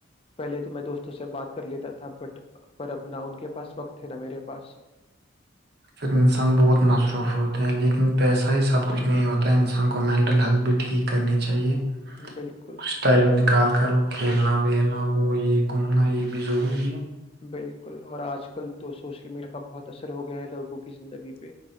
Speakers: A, on the left; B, on the right.
A: پہے تو میں دوستوں سے بات کر لیتا تھا بٹ پر ابنا ان کے پاس وقت ہے نا میرے پاس
B: پھر انسان بہت مصروف ہوتے ہیں لیکن پیسہ ہی سب کچھ نہیں ہوتا ہے انسان کو مینٹل ہیلتھ بھی ٹھیک کرنی چاہیے
A: بالکل
B: کچھ ٹائم نکال کر وہ کھیلنا ولنا وہ یہ گھومنا یہ بھی ضروری ہے
A: بالکل اور آج کل تو سوشل میڈیا کا بہت اثر ہو گیا ہے لوگوں کی زندگی پہ